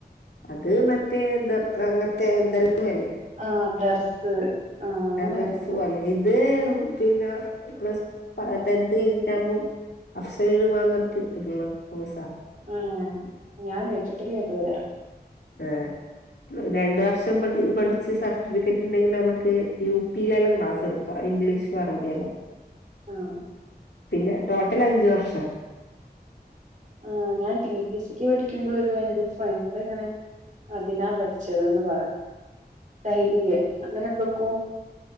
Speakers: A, on the left; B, on the right.
A: അത് മറ്റേത് അങ്ങത്തെ എന്തെല്ലോ അല്ലേ
B: ആ ദർസ് ആഹ് അങ്ങനെ
A: ആ ദർസ്
B: എന്തൊക്കോ
A: പോലെ ഇത് പിന്നെ പ്ലസ് പ ടെൻത് കഴിഞ്ഞിട്ടാവുമ്പം അഫ്സരയിൽപോവാന്നറ്ട്ട് ഇരുന്ന കോഴ്‌സാ
B: ആഹ ഞാൻ വെചിട്ട്ല്യത് വരെ
A: ആ രണ്ട വർഷം പഠി പഠിച്ച് സർട്ടിഫിക്കറ്റ്ണ്ടെങ്കിൽ നമുക്ക് യു പിയിലെല്ലാം ക്ലാസ്ട്ക ഇംഗ്ലീഷും അറബിയെല്ലാം.
B: ആഹാ
A: പിന്നെ ടോട്ടൽ അഞ്ച് വർഷാ
B: ആ ഞാൻ ടി ടി സിക്ക് പഠിക്കുമ്പോളരു യിന്റെ ഫണ്ട് എങ്ങനെ അതിനാ പഠിച്ചത് ന്ന്പറഞ്ഞു ട്ടയിൽല്ലെ അങ്ങനെ എന്തൊക്കോ